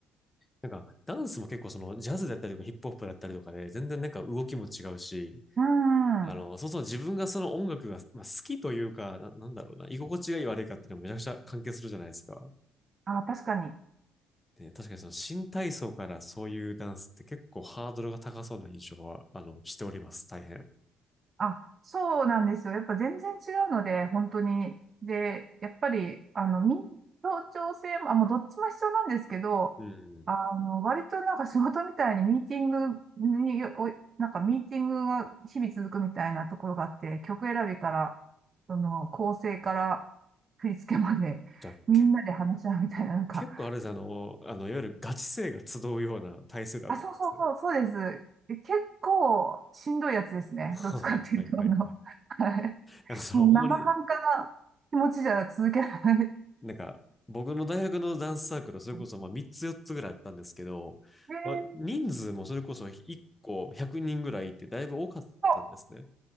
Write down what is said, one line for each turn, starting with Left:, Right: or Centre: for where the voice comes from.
Left: なんか、ダンスも結構その、ジャズだったりとかヒップホップだったりとかで、全然なんか動きも違うし、
Right: うん。
Left: あの、
Right: うん。
Left: そうそう自分がその音楽が、まあ、好きというか、な、なんだろうな、居心地がいい悪いかっていうのもめちゃくちゃ関係するじゃないですか。
Right: あ、確かに。
Left: で、確かにその新体操からそういうダンスって結構ハードルが高そうな印象は、あの、しております。大変。
Right: あ、そうなんですよ。やっぱ全然違うので、本当に。で、やっぱり、あの、みん、協調性も、あ、もうどっちも必要なんですけど、
Left: うん。
Right: あの、割となんか仕事みたいにミーティングによ、お、なんかミーティングが日々続くみたいなところがあって、曲選びから、その、構成から振り付けまで、
Left: じゃあ、
Right: みんなで話し合うみたいな、
Left: け、
Right: なんか、
Left: 結構あれですね、あの、あの、いわゆるガチ勢が集うような体制だったわけですね。
Right: あ、そうそうそう、そうです。え結構しんどいやつですね。
Left: <laughs>
Right: どっちかっていうと、
Left: はいはいはいはい。
Right: あの、はい
Left: なんかその、
Right: もう生半可な気持ちじゃ続けられない。
Left: ほんまになんか、僕の大学のダンスサークル、それこそまあ3つ4つぐらいあったんですけど、
Right: <laughs> えー
Left: まあ、人数もそれこそ1個100人ぐらいってだいぶ多かったんですね。
Right: と、